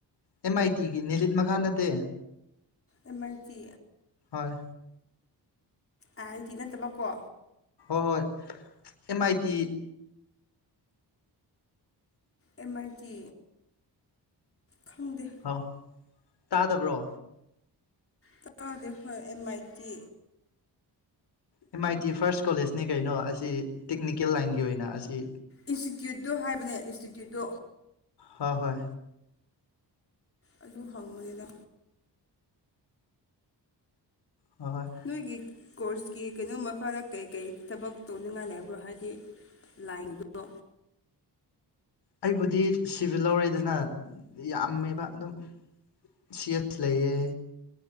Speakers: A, on the left; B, on the left.
A: ꯑꯦꯝ ꯑꯥꯏ ꯇꯤꯒꯤ ꯅꯅꯤꯂꯤꯠ ꯃꯈꯥ ꯅꯠꯇꯦ
B: ꯑꯃ ꯑꯥꯢ ꯇꯤ
A: ꯍꯣꯏ
B: ꯑ ꯍꯥꯏꯗꯤ ꯅꯠꯇꯕꯀꯣ
A: ꯑꯍꯣꯏ M I T
B: M I T ꯈꯪꯗꯦ
A: ꯍ ꯇꯥꯗꯕ꯭ꯔꯣ
B: ꯇꯦ ꯍꯣꯏ M I T
A: M I T first ꯀꯣꯂꯦꯖꯅꯤ ꯀꯩꯅꯣ ꯑꯁꯤ ꯇꯦꯛꯅꯤꯀꯦꯜ ꯂꯥꯏꯟꯒꯤ ꯑꯣꯏꯅ ꯑꯁꯤ
B: ꯏꯟꯁꯇꯤꯇ꯭ꯌꯨꯠꯇꯨ ꯍꯥꯏꯕꯅꯦ ꯏꯟꯁꯇꯤꯇ꯭ꯌꯨꯠꯇꯨ
A: ꯍꯣꯏ ꯍꯣꯏ
B: ꯑꯗꯨ ꯍꯪꯕꯅꯤꯗ
A: ꯍ ꯍꯣꯏ
B: ꯅꯣꯏꯒꯤ ꯀꯣꯔꯁꯀꯤ ꯀꯩꯅꯣꯝ ꯃꯈꯥꯗ ꯀꯩ ꯀꯩ ꯊꯕꯛ ꯇꯧꯅꯤꯡꯉꯥꯏ ꯂꯩꯕꯣ ꯍꯥꯏꯗꯤ ꯂꯥꯏꯟꯗ
A: ꯑꯩꯕꯨꯗꯤ ꯁꯤꯚꯤꯜ ꯂꯧꯔꯦꯗꯅ ꯌꯥꯝꯃꯦꯕ ꯑꯗꯨꯝ ꯁꯤ ꯑꯦꯁ ꯂꯩꯌꯦ